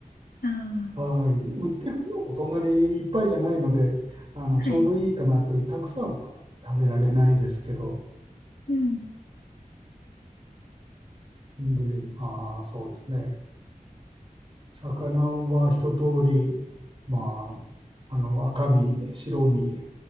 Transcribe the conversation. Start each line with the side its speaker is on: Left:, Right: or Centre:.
Left: ああ、
Right: はい。売ってる量もそんなにいっぱいじゃないので、あの、
Left: はい。
Right: ちょうどいいかなという、たくさんは食べられないですけど、
Left: うん。
Right: で、まあ、そうですね。魚は一通り、まあ、あの、赤身、白身、